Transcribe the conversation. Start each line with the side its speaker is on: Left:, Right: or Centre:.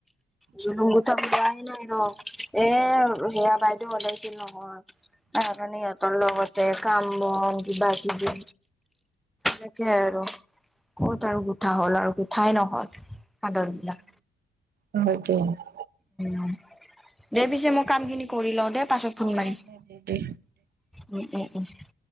Centre: জুনোম গোঠ কিবা আহিলেও আইব এ সেয়া বাইদেউ হতেছিল নহয়। এ অঠনি সিহঁতৰ লগতে কাম বন কিবা কিবি তাকে আৰু ক'ত আৰু গোটা হ'ল আৰু কিত ঠাই নহয় সাদৰ বিলাক
Right: অ সেইটোৱে
Centre: উম দে পিছে মই কামখিনি কৰি লওঁ দে পাছত ফোন
Right: অ
Centre: মাৰিম।
Right: দে দে দে
Centre: উম দে ক